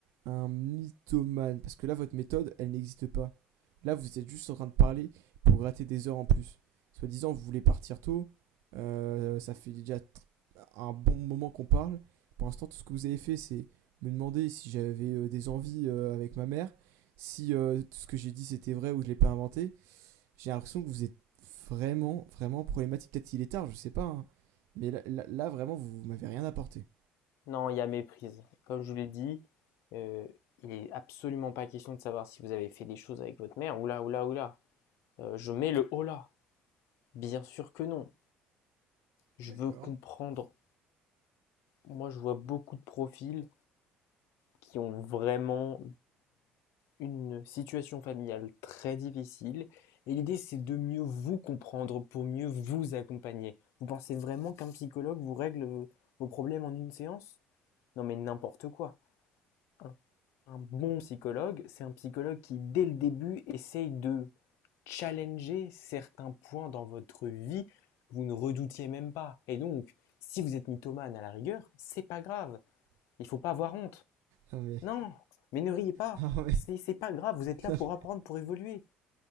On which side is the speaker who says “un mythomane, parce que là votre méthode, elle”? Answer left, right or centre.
Right